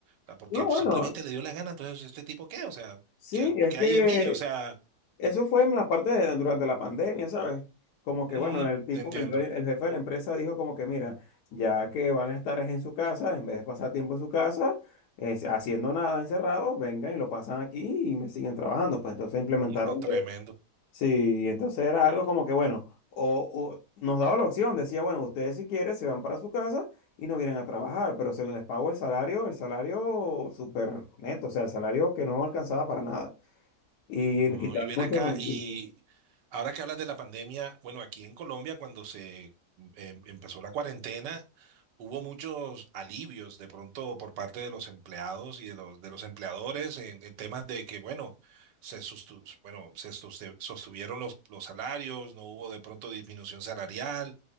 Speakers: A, on the right (about 90°); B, on the left (about 70°).
A: sea, porque
B: No, bueno,
A: simplemente le dio la gana, entonces, ¿este tipo qué? O sea,
B: sí,
A: ¿qué,
B: es
A: qué
B: que
A: hay de mí? O sea,
B: Eso fue en la parte de durante la pandemia, ¿sabes? Como que,
A: mm,
B: bueno, el tipo,
A: te entiendo.
B: el, rey-
A: <laughs>
B: el jefe de la empresa dijo como que, mira, ya que van a estar es en su casa, en vez de pasar tiempo en su casa, es, haciendo nada encerrado, vengan y lo pasan aquí y me siguen trabajando. Pues entonces implementaron.
A: No, tremendo.
B: Sí, y entonces era algo como que, bueno, o, o nos daba la opción, decía, bueno, ustedes si quieren se van para su casa y no vienen a trabajar, pero se les pagó el salario, el salario súper neto, o sea, el salario que no alcanzaba para nada. Y
A: No,
B: quitaban
A: y ven
B: muchos
A: acá,
B: beneficios.
A: y ahora que hablas de la pandemia, bueno, aquí en Colombia, cuando se mm, em- empezó la cuarentena, hubo muchos alivios de pronto por parte de los empleados y de los, de los empleadores en, en temas de que, bueno, se, sustu- bueno, se soste- sostuvieron los, los salarios, no hubo de pronto disminución salarial,